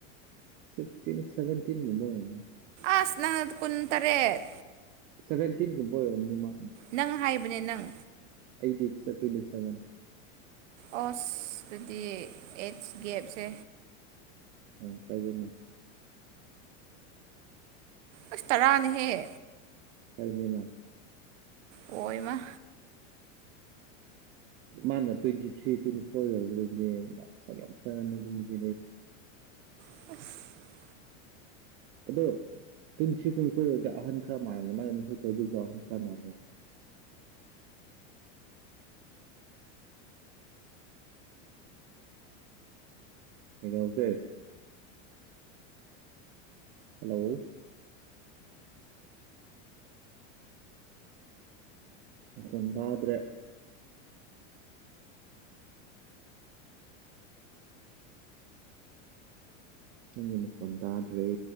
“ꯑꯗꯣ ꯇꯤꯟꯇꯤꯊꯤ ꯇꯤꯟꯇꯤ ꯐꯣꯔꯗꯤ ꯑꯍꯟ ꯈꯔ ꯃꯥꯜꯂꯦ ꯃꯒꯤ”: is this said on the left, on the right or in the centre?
Right